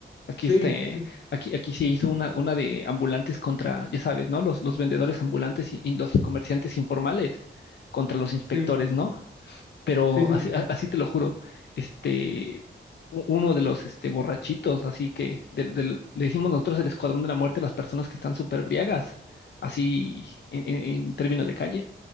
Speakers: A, on the left; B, on the left.
A: aquí,
B: Sí,
A: este,
B: sí,
A: aquí, aquí se hizo una, una de ambulantes contra, ya sabes, ¿no? Los, los vendedores ambulantes y, y los comerciantes informales contra los inspectores,
B: sí,
A: ¿no? pero
B: sí, sí,
A: así,
B: sí,
A: a-
B: sí.
A: así te lo juro, este, u- uno de los este, borrachitos, así que del- del- le decimos nosotros el escuadrón de la muerte a las personas que están súper briagas, así en, en- en términos de calle.